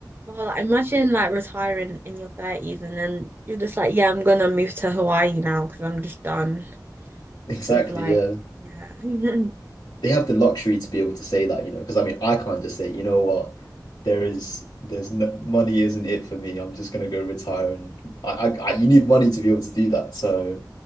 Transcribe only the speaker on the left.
Exactly,
yeah.
They have the luxury to be able to say that, you know, because I mean, I can't just say, you know what, there is, there's no money isn't it for me. I'm just gonna go retire, and I, I, I you need money to be able to do that. So